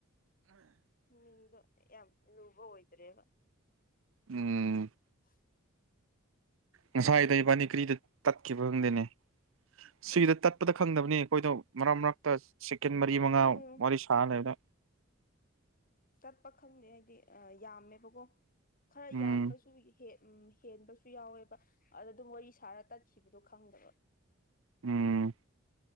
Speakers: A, on the left; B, on the right.
A: ꯃꯤꯗꯣ ꯌꯥꯝ ꯎꯕꯣ ꯍꯣꯏꯇ꯭ꯔꯦꯕ
B: ꯎꯝ
A: <unintelligible>
B: ꯉꯁꯥꯏꯥꯏ ꯇ ꯕꯥꯅꯤꯒꯔꯤꯗ ꯇꯠꯈꯤꯕ ꯈꯪꯗꯦꯅꯦ ꯁꯤꯒꯤꯗ ꯇꯠꯄꯗ ꯈꯪꯗꯕꯅꯤ ꯑꯩꯈꯣꯏꯗꯣ ꯃꯔꯛ ꯃꯔꯛꯇ ꯆꯦꯀꯦꯟ ꯃꯔꯤ ꯃꯉꯥ
A: ꯎꯝ
B: ꯋꯥꯔꯤ ꯁꯥꯅꯤ ꯑꯅ
A: ꯆꯠꯄ ꯈꯪꯗꯦ ꯍꯥꯏꯗꯤ ꯌꯥꯝꯃꯦꯕꯀꯣ ꯈꯔ
B: ꯎꯝ
A: ꯌꯥꯝꯕꯁꯨ ꯍꯦꯛ ꯎꯝ ꯍꯦꯟꯕꯁꯨ ꯌꯥꯎꯋꯦꯕ ꯑꯗ ꯑꯗꯨꯝ ꯋꯥꯔꯤ ꯁꯥꯔ ꯇꯠꯈꯤꯕꯗꯣ ꯈꯪꯗꯕ
B: ꯎꯝ